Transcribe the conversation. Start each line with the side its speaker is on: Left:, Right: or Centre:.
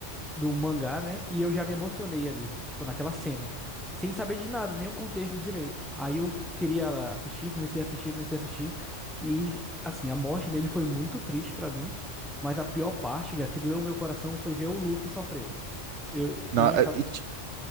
Centre: do mangá, né? E eu já me emocionei ali, tipo, naquela cena, sem saber de nada, nenhum contexto direito. Aí eu queria lá, assistir, comecei a assistir, comecei a assistir, e assim, a morte dele foi muito triste pra mim, mas a pior parte, a que doeu o meu coração, foi ver o Luffy sofrendo. Eu, eu-
Right: Não,
Centre: na minha cabeça,
Right: e, ti-